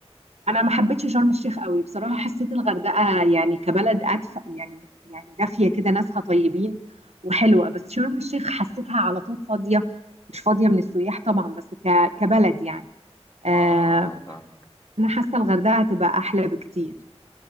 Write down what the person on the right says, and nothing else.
انا ما حبيتش شرم الشيخ قوي بصراحه حسيت الغردقه يعني كبلد ادفى يعني يعني دافيه كده ناسها طيبين وحلوه بس شرم الشيخ حسيتها على طول فاضيه مش فاضيه من السياح طبعا بس ك... كبلد يعني آه
انا حاسه الغردقه هتبقى احلى بكتير